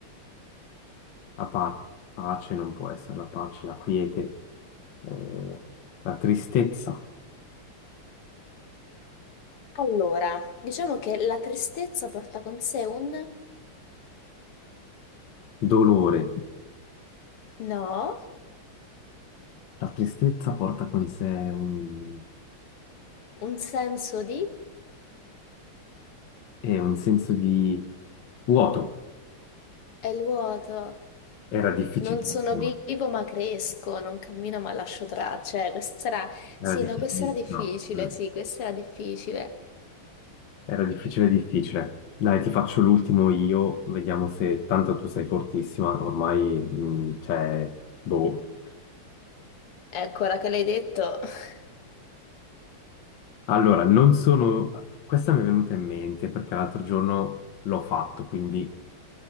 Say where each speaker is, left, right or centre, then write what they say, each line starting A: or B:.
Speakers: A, on the left; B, on the left.
A: la pa- pace non può essere la pace, la quiete, eh, la tristezza.
B: Allora, diciamo che la tristezza porta con sé un
A: dolore.
B: no,
A: La tristezza porta con sé un,
B: un senso di
A: eh, un senso di vuoto.
B: è il vuoto.
A: Era difficilissimo,
B: Non sono vivo ma cresco, non cammino ma lascio tracce. Eh, Questa era,
A: era
B: sì,
A: difficilissimo.
B: no, questa era difficile,
A: Mm.
B: sì, questa era difficile.
A: Era difficile, difficile. Dai, ti faccio l'ultimo io, vediamo se tanto tu sei fortissima, ormai mm, cioè, boh.
B: Ecco, ora che l'hai detto. <laughs>
A: Allora, non sono... Questa mi è venuta in mente perché l'altro giorno l'ho fatto, quindi